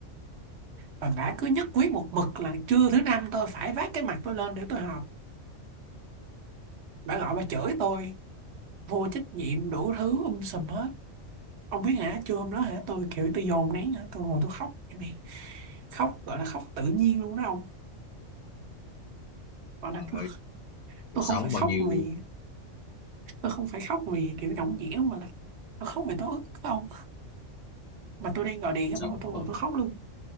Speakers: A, on the right; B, on the left.
A: và bả cứ nhất quyết một mực là trưa thứ năm tôi phải vác cái mặt tôi lên để tôi học bà gọi bà chửi tôi vô trách nhiệm đủ thứ um sùm hết ông biết hả trưa hôm đó hả tôi kiểu tôi dồn nén hả tôi ngồi tôi khóc vậy này khóc gọi là khóc tự nhiên luôn đó ông gọi là
B: trời
A: tôi,
B: ơi
A: tôi
B: cuộc sống
A: không phải khóc
B: bao nhiêu
A: vì tôi không phải khóc vì kiểu nhõng nhẽo mà là tôi khóc vì tôi ức ông mà tôi đang ngồi điện
B: cuộc sống
A: mà tôi ngồi
B: không
A: tôi khóc luôn